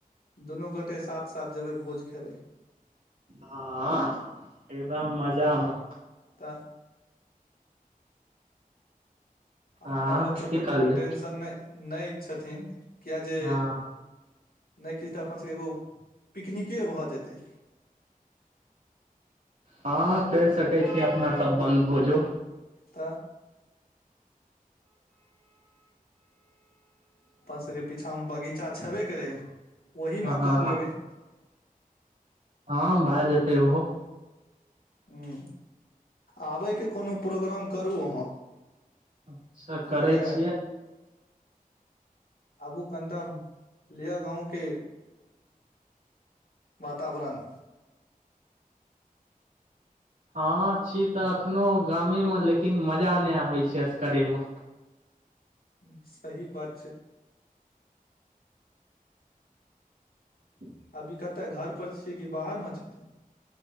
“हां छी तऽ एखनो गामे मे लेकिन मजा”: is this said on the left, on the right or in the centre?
Right